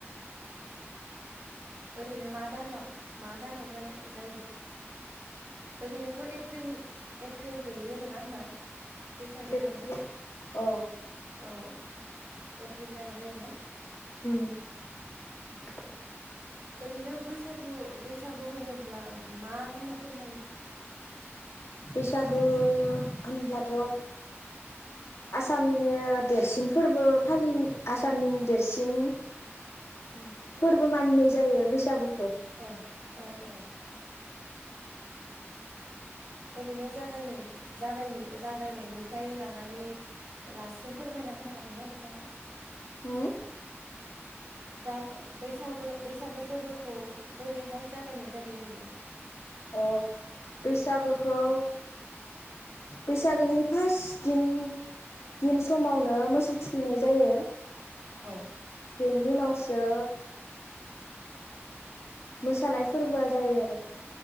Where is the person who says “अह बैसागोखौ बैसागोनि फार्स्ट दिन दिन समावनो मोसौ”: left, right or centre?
Left